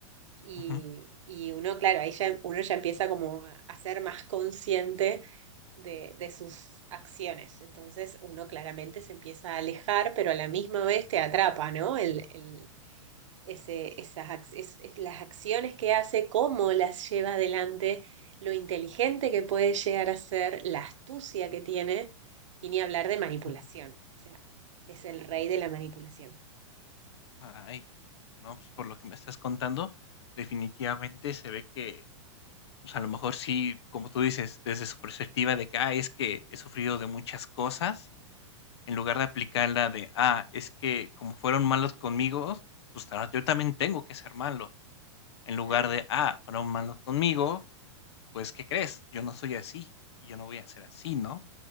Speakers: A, on the right (about 70°); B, on the left (about 60°).
A: y,
B: ujú,
A: y uno, claro, ahí ya, uno ya empieza como a a ser más consciente de, de sus acciones. Entonces uno claramente se empieza a alejar, pero a la misma vez te atrapa, ¿no? El, el- ese, esas, ac- es- es las acciones que hace, cómo las lleva adelante, lo inteligente que puede llegar a ser, la astucia que tiene, y ni hablar de manipulación.
B: ujú.
A: O sea, es el rey de la manipulación.
B: Ay, no, pues por lo que me estás contando, definitivamente se ve que, pues a lo mejor sí, como tú dices, desde su perspectiva de que, ah, es que he sufrido de muchas cosas, en lugar de aplicarla de, ah, es que como fueron malos conmigo, pues ahora yo también tengo que ser malo, en lugar
A: Claro.
B: de, ah, fueron malos conmigo, pues ¿qué crees? Yo no soy así y yo no voy a ser así, ¿no?